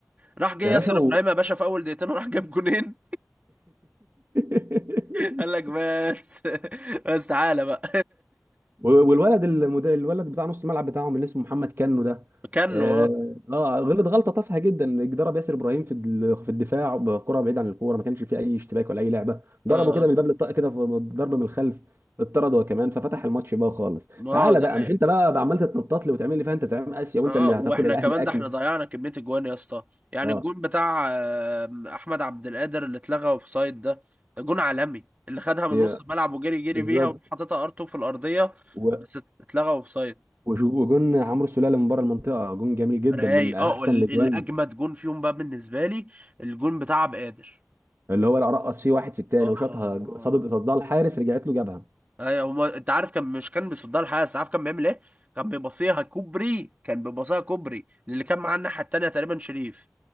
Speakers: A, on the right (about 30°); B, on the right (about 50°).
A: راح جه
B: يا
A: ياسر
B: باشا و...
A: ابراهيم يا باشا في اول دقيقتين <laughs> وراح جاب جونين
B: <laughs>
A: <laughs> قال لك بس <laughs> بس تعالى بقى
B: والولد المدا... الولد بتاع نص الملعب بتاعهم اللي اسمه محمد كنو ده
A: <laughs> كانه
B: اه
A: اه
B: آه، غلط غلطه تافهه جدا ضرب ياسر ابراهيم في ال- في الدفاع بكره بعيد عن الكوره ما كانش فيه اي اشتباك ولا اي لعبه ضربه
A: اه
B: كده
A: اه
B: من الباب للطاق كده في- ضرب من الخلف اتطرد هو كمان ففتح الماتش بقى خالص
A: ما
B: تعالى
A: ده
B: بقى
A: حقيقة
B: مش انت بقى بقى عمال تتنطط لي وتعمل لي فيها انت زعيم اسيا
A: اه
B: وانت اللي
A: واحنا
B: هتاكل الاهلي
A: كمان
B: اكل
A: ده احنا ضيعنا كمية الجوان يا اسطى يعني
B: اه
A: الجون بتاع آه، احمد عبد القادر اللي اتلغى اوفسايد ده ده جون عالمي اللي خدها من
B: يا-
A: نص الملعب وجري جري
B: بالظبط
A: بيها وحطيتها ار2 في الارضية
B: و-
A: بس اتلغى اوفسايد
B: وشو- وجون عمرو السوليه من بره المنطقه جون جميل جدا
A: رايق
B: من احسن
A: اه وال-
B: الاجوان
A: الاجمد جون فيهم بقى بالنسبه لي الجون بتاع عبد القادر
B: اللي هو رقص فيه واحد في التاني
A: اه
B: وشاطها
A: اه آه.
B: صدت صدها الحارس رجعت له جابها
A: ايوه هما انت عارف كان مش كان بيصدها الحارس عارف كان بيعمل ايه؟ كان بيبصيها كوبري كان بيبصيها كوبري اللي كان معاه الناحيه التانيه تقريبا شريف